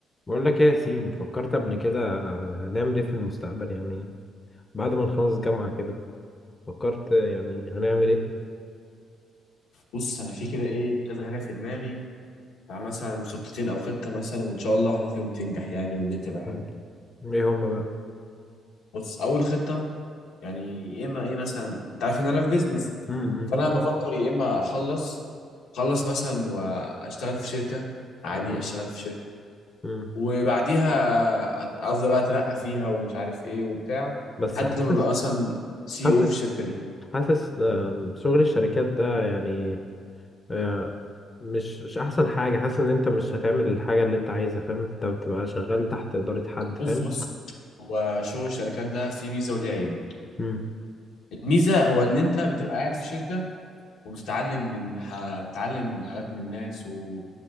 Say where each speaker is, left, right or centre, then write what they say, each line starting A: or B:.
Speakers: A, on the left; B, on the left.
A: بقول لك ايه يا ياسين فكرت قبل كده هنعمل ايه في المستقبل يعني بعد ما نخلص جامعة كده فكرت يعني هنعمل ايه
B: بص انا في كده ايه كذا حاجه في دماغي بتاع مثلا خطتين او خطه مثلا وان شاء الله واحده فيهم تنجح يعني والدنيا تبقى حلوه
A: مم. ايه هما بقى
B: بص اول خطه يعني يا اما ايه مثلا انت عارف ان انا في بيزنس
A: امم
B: فانا بفكر يا اما اخلص اخلص مثلا واشتغل في شركه عادي
A: اه
B: اشتغل في شركه
A: امم
B: وبعديها أت- افضل بقى اترقى فيها ومش عارف ايه وبتاع
A: بس
B: لحد
A: حاسس
B: ما ابقى مثلا سي
A: حاسس
B: او في الشركه دي
A: حاسس آه، شغل الشركات ده يعني آه، مش مش احسن حاجة حاسس ان انت مش هتعمل الحاجة اللي انت عايزها فاهم انت بتبقى شغال تحت إدارة حد فاهم
B: بص بص هو شغل الشركات ده فيه ميزه وليه عيب
A: امم
B: الميزه هو ان انت بتبقى قاعد في شركه وبتتعلم من هتتعلم من حاجات من الناس و...